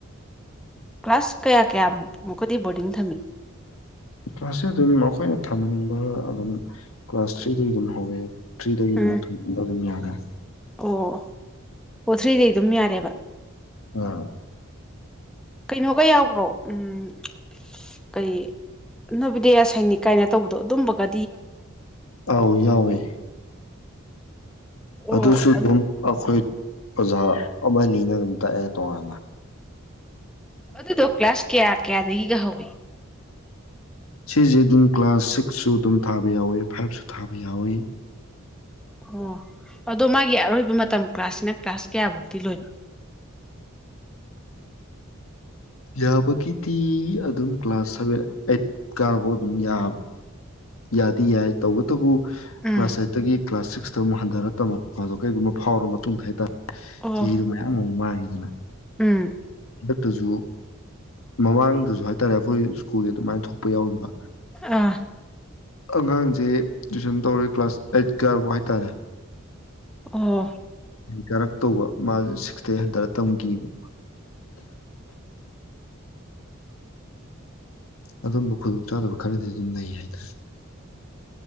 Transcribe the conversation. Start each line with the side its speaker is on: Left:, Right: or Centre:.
Centre: ꯀ꯭ꯂꯥꯁ ꯀꯌꯥ ꯀꯌꯥꯃꯨꯛꯀꯗꯤ ꯕꯣꯔꯗꯤꯡ ꯊꯝꯃꯤ
Left: ꯀ꯭ꯂꯥꯁꯁꯦ ꯑꯗꯨꯝ ꯑꯩꯈꯣꯏꯅ ꯊꯝꯍꯟꯅꯤꯡꯕ ꯑꯗꯨꯝ ꯀ꯭ꯂꯥꯁ ꯊ꯭ꯔꯤꯗꯒꯤ ꯑꯗꯨꯝ ꯍꯧꯋꯦ ꯊ꯭ꯔꯤꯗꯒꯤ
Centre: ꯎꯝ
Left: ꯑꯗꯨꯝ ꯊꯝꯅꯤ ꯌꯥꯦ ꯑ
Centre: ꯑꯣ ꯄꯣꯊ꯭ꯔꯤꯗꯩ ꯑꯗꯨꯝ ꯌꯥꯔꯦꯕ
Left: ꯑꯥ
Centre: ꯀꯩꯅꯣꯒ ꯌꯥꯎꯕ꯭ꯔꯣ ꯎꯝ ꯀꯔꯤ ꯅꯕꯤꯗꯁ ꯈꯩꯅꯤ ꯀꯥꯏꯅ ꯇꯧꯕꯗꯣ ꯑꯗꯨꯝꯕꯒ
Left: ꯑꯥꯎ ꯌꯥꯎꯋꯦ
Centre: ꯑꯣ
Left: ꯑꯗꯨꯁꯨ ꯑꯗꯨꯝ ꯑꯩꯈꯣꯏ ꯑꯣꯖꯥ ꯑꯃꯅꯤꯅ ꯑꯗꯨꯝ ꯇꯥꯛꯑꯦ ꯇꯣꯉꯥꯟꯅ
Centre: ꯑꯗꯨꯗꯣ ꯀ꯭ꯂꯥꯁ ꯀꯌꯥ ꯀꯌꯥꯗꯒꯤꯒ ꯍꯧꯋꯤ
Left: ꯁꯤꯁꯦ ꯑꯗꯨꯝ ꯀ꯭ꯂꯥꯁ ꯁꯤꯛꯁꯁꯨ ꯑꯗꯨꯝ ꯊꯥꯕ ꯌꯥꯎꯋꯤ ꯐꯥꯏꯚꯁꯨ ꯊꯥꯕ ꯌꯥꯎꯋꯤ
Centre: ꯑꯣ ꯑꯗꯣ ꯃꯥꯒꯤ ꯑꯔꯣꯏꯕ ꯃꯇꯝ ꯀ꯭ꯂꯥꯁꯁꯤꯅ ꯀ꯭ꯂꯥꯁ ꯀꯌꯥꯕꯨꯧꯗꯤ ꯂꯣꯏꯕ
Left: ꯌꯥꯕꯒꯤꯗꯤ ꯑꯗꯨꯝ ꯀ꯭ꯂꯥꯁ ꯁꯚꯦꯟ ꯑꯩꯠꯀꯐꯥꯎ ꯑꯗꯨꯝ ꯌꯥꯕ ꯌꯥꯗꯤ ꯌꯥꯏ ꯇꯧꯕꯇꯕꯨ
Centre: ꯎꯝ
Left: ꯀ꯭ꯂꯥꯁ ꯑꯩꯥꯏꯠꯇꯒꯤ ꯀ꯭ꯂꯥꯁ ꯁꯤꯛꯁꯇ ꯑꯃꯨꯛ ꯍꯟꯊꯔ ꯇꯃꯛꯄꯗꯣ ꯀꯩꯒꯨꯝꯕ ꯐꯥꯎꯔꯕ ꯃꯇꯨꯡꯗ ꯍꯥꯏꯇꯥꯔꯦ
Centre: ꯑꯣ
Left: ꯆꯍꯤꯗꯤ ꯃꯌꯥꯝ ꯑꯃꯨꯛ ꯃꯥꯡ ꯑꯗꯨꯅ
Centre: ꯎꯝ
Left: ꯇꯖꯨ ꯃꯃꯥꯡꯗꯁꯨ ꯍꯥꯏꯇꯥꯔꯦ ꯑꯩꯈꯣꯏ ꯁ꯭ꯀꯨꯜꯒꯤ ꯑꯗꯨꯃꯥꯏꯅ ꯊꯣꯛꯄ ꯌꯥꯎꯈꯤꯕ
Centre: ꯑꯥ
Left: ꯑꯉꯥꯡꯁꯦ ꯇꯨꯏꯁꯟ ꯇꯧꯔ‌ꯦ ꯀ꯭ꯂꯥꯁ ꯑꯩꯠ ꯀꯥꯐꯥꯎ ꯍꯥꯏꯇꯥꯔꯦ
Centre: ꯑꯣ
Left: ꯀꯥꯔꯛꯇꯧꯕ ꯃꯥꯁꯦ ꯁꯤꯛꯁ ꯗꯩ ꯍꯟꯊꯔ ꯇꯝꯈꯤ <inaudible> <inaudible> ꯑꯗꯨꯝꯕ ꯈꯨꯗꯣꯡ ꯆꯥꯗꯕ ꯈꯔꯗꯤ ꯑꯗꯨꯝ ꯂꯩ ꯍꯥꯏꯇꯥꯔꯦ